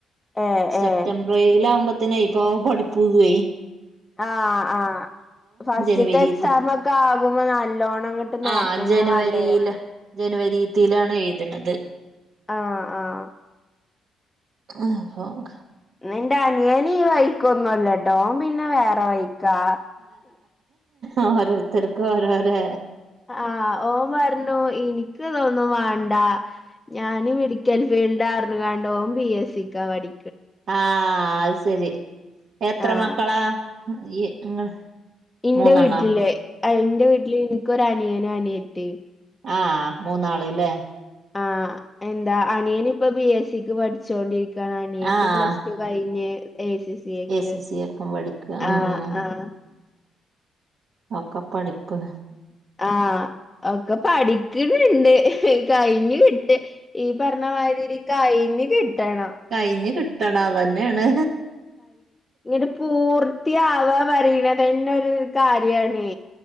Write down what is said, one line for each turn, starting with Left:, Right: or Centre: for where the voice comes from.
Left: ഏഹ്
Right: സെപ്റ്റം
Left: ഏഹ്
Right: റൈലാവുമ്പത്തിനൈ ഇപ്പൊ പഠിപ്പു വ്വൊയ്‌
Left: ആഹ് ആഹ് ഫസ്റ്റ്ത്തെ
Right: ജനുവരിത്ത്
Left: എക്സാമക്ക ആകുമ്പോ നല്ലോണം നോക്കന്നെ
Right: ആഹ് ജനുവരീല്
Left: വേണ്ടിവരും
Right: ജനുവരീ ത്തേയ്ലാണ് എയ്ത്ണത്
Left: ആഹ് ആഹ്
Right: അപ്പോൾ
Left: ഇന്ന്ന്റെ അനിയന് ഈ വൈക്കൊന്നൊല്ലട്ടൊ ഓൻ പിന്നെ വേറെവയ്ക്കാ.
Right: ഓരോര്ത്തർക്ക് ഓരോരെ
Left: ആഹ് ഓൻ പർഞ്ഞു ഇന്ക്ക്തൊന്നും വേണ്ട. ഞാന് മെഡിക്കൽ ഫീഡ്ലാ പർഞ്ങ്ങാണ്ട് ഓന് പി എസിക്കാ പഠി
Right: ആഹ് അഹ് സെരി എത്ര
Left: ആഹ്
Right: മക്കളാ ഇങ്ങള്
Left: ഇന്റെ
Right: മൂന്നെണ്ണോ
Left: വീട്ട്ല് ആഹ് ഇന്റെ വീട്ട്ല് ഇൻക്കൊര് അനിയനും, അനിയത്തിം
Right: ആഹ് മൂന്നാള്ലെ
Left: ആഹ് എന്താ അനിയനിപ്പം ബി എ സിക്ക് പഠിച്ചോണ്ടിരി അനിയത്തി
Right: ആഹ്
Left: പ്ലസ് ടു കഴിഞ് എസി സി ഐക്ക്
Right: എ സി ഒക്കെ പഠിക്ക ഉം
Left: ആഹ് ആഹ്
Right: ഒക്കെ പഠിപ്പ്
Left: ആഹ് ഒക്കെ പഠിക്ക്ണ് ണ്ട്. ട്ട് കഴിഞ്ഞ് കിട്ട് ഈ പറിഞ്ഞമാതിരി കഴിഞ്ഞ് കിട്ടണം.
Right: കയിഞ് കിട്ടണം അതനെണ്
Left: ങട്ട് പൂർത്തിയാവാ പറിണതെന്നെ ഒരു കാര്യാണെ